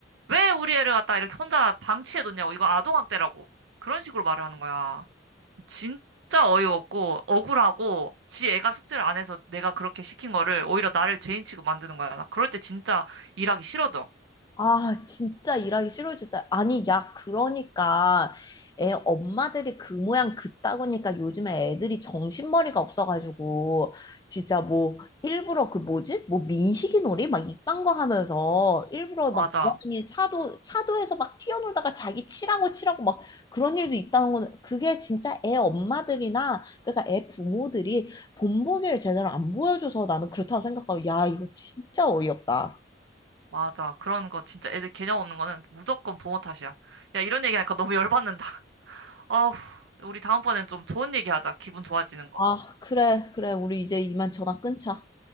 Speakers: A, on the right (about 80°); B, on the left (about 20°).
A: 왜 우리 애를 갖다 이렇게 혼자 방치해뒀냐고. 이거 아동학대라고. 그런 식으로 말을 하는 거야. 진짜 어이없고, 억울하고, 지 애가 숙제를 안 해서 내가 그렇게 시킨 거를 오히려 나를 죄인 취급 만드는 거야. 나 그럴 때 진짜 일하기 싫어져.
B: 아, 진짜 일하기 싫어지다. 아니, 야, 그러니까 애 엄마들이 그 모양 그따구니까 요즘에 애들이 정신머리가 없어가지고 진짜 뭐 일부러 그 뭐지? 뭐 민식이 놀이 막 이딴 거 하면서 일부러 막
A: 맞아.
B: 돌아다니 차도 차도에서 막 뛰어놀다가 자기 치라고 치라고 막 그런 일도 있다는 거는 그게 진짜 애 엄마들이나 그러니까 애 부모들이 본보기를 제대로 안 보여줘서 나는 그렇다고 생각하고 야, 이거 진짜 어이없다.
A: 맞아. 그런 거 진짜 애들 개념 없는 거는 무조건 부모 탓이야. 야, 이런 얘기하니까 너무 열받는다. <laughs> 어우, 우리 다음번엔 좀 좋은 얘기 하자. 기분 좋아지는 거.
B: 아, 그래, 그래. 우리 이제 이만 전화 끊자.